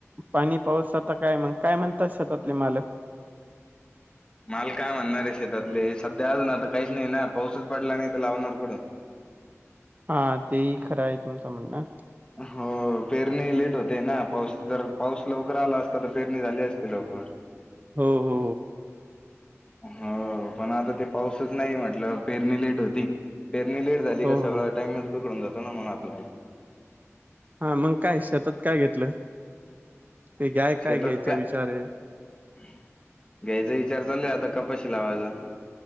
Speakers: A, on the right (about 35°); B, on the left (about 20°).
A: पाणी पाऊस आता काय मग काय म्हणतात शतातले मालक
B: माल काय म्हणणार आहे शेतातले सध्या अजून आता काहीच नाही ना पाऊसच पडला नाही तर लावणार कडून
A: हा तेही खरं आहे तुमचं म्हणणं
B: हो पेरणी लेट होते ना पाऊस जर पाऊस लवकर आला असता तर पेरणी झाली असते लवकर
A: हो हो
B: हो पण आता ते पाऊसच नाही म्हटल्यावर पेरणी लेट होती पेरणी लेट झाली
A: हो
B: का सगळा
A: हो
B: टाईमच बघडून जातो ना मग आपला
A: हा मग काय शेतात काय घेतलं ते घ्याय काय
B: शेतात
A: घ्यायचा
B: का
A: विचार आहे
B: घ्यायचा विचार चालला आता कपश लावाजा